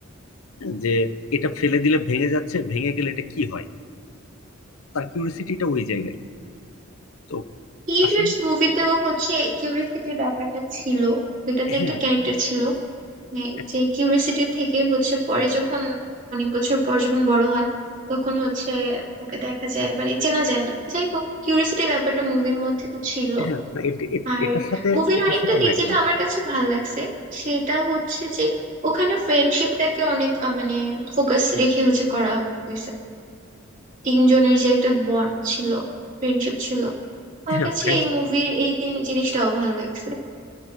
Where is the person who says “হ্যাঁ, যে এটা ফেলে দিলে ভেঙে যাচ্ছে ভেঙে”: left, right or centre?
Left